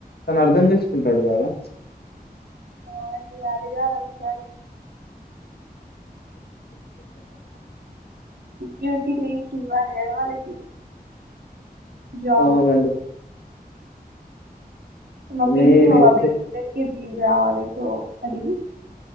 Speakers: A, on the left (about 85°); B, on the right (about 85°).
A: తను అర్థం చేసుకుంటాడు కదా.
B: అవునండి అడిగారు ఒకసారి. డ్యూటీ లీవ్స్ ఇవ్వాలి కదా వాళ్ళకి జాబ్
A: అవునండి.
B: మా పిన్నికి,
A: మీరైతే
B: మా బబాయికి ఇద్దరికి లీవ్ రావాలి సో అడిగి